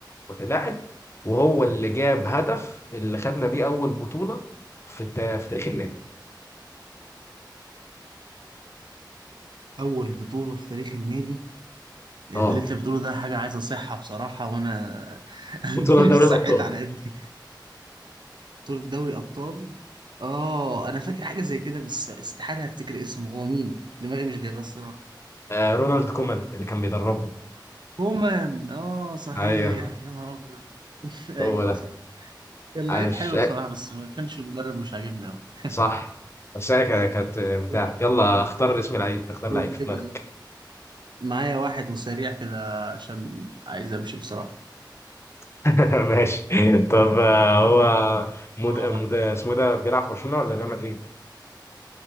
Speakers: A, on the left; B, on the right.
A: كلاعب وهو اللي جاب هدف اللي خدنا بيه أول بطولة في التا... في تاريخ النادي
B: أول بطولة في تاريخ النادي اللي
A: اه
B: انت بتقوله ده حاجة عايز اصحها بصراحة وانا <laughs> قلبي
A: بطولة دوري
B: مش صحيت
A: الأبطال
B: على قدي بطولة دوري ابطال اه انا فاكر حاجة زي كده بس استحالة افتكر اسمه هو مين دماغي مش جايباه الصراحة
A: آه، رونالد كومان اللي كان بيدربنا
B: كومان اه صحيح
A: ايوه
B: يا نهار ابيض <laughs>
A: هو
B: ايوه
A: ده
B: صح كان
A: عاش
B: لعيب حلو بصراحة بس ما كانش المدرب مش عاجبني قوي <laughs>
A: صح بس انا كان- كانت بتاع
B: قول
A: يلا اختار اسم لعيب اختار
B: قول
A: لعيب في
B: كده
A: دماغك
B: معايا واحد وسريع كده عشان عايز امشي بصراحة
A: <laughs> ماشي طب آه، هو مد...
B: <laughs>
A: مد... اسمه ده بيلعب في برشلونة ولا ريال مدريد؟